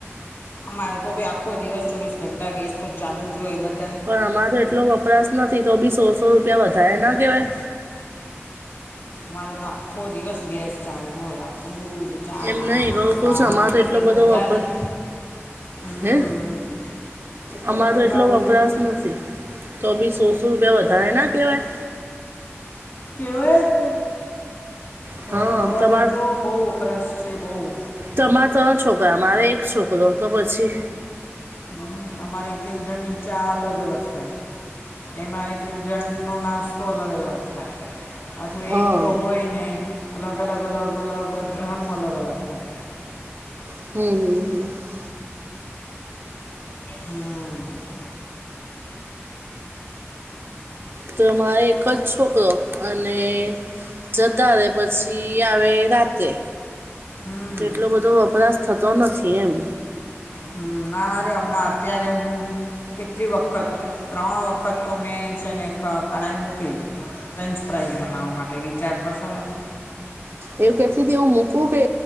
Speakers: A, on the left; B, on the right.
A: અમારે તો ભાઈ આખો દિવસ ચોવીસ ઘંટા ગેસ સોર ચાલુ જોઈ એ બધા
B: પણ આમારો તો એટલો વપરાશ નથી તો બી સોસો રૂપિયા વધારે ના કેવાય.
A: મારે તો આખો દિવસ ગેસ ચાલુ હોય આ દૂધ ચા
B: એમ નહીં
A: નાસ્તા
B: પણ કહું છું અમારે તો
A: એ
B: એટલો
A: કે
B: બધો
A: બધાની.
B: વપરાશ
A: હમ
B: હે
A: તો તમને
B: અમારો એટલો
A: ભાવ્યું
B: વપરાશ નથી. તો બી સોળસો રૂપિયા વધારે ના કેવાય
A: કેવાય હ
B: હા
A: અમારે
B: તમાર
A: તો બહ વપરાશ છે બહ.
B: તમારા ત્રણ છોકરા મારે એક છોકરો તો પછી
A: હમ અમારે એક એક જણ ની ચા અલગ અલગ થાય. એમાં એક એક જણ નો નાસ્તો અલગ અલગ થાય. પાછું
B: હા
A: એક તો હોય નય અલગ અલગ અલગ અલગ બધાનું અલગ અલગ થાય
B: હમ હમ હમ.
A: હમ.
B: તો મારે એક જ છોકરો. અને જતા રહે પછી આવે રાત્રે.
A: હમ.
B: તો એટલો બધો વપરાશ થતો નથી એમ.
A: હમ નારે હમણાં અત્યારે હું કેટલી વખત ત્રણ વખત તો મેં છેને કણાઈ મૂકી. ફ્રેન્ચ ફ્રાઈઝ બનાવવા માટે વિચાર કરશો તમે
B: એવું કેતીતી હું મૂકું કે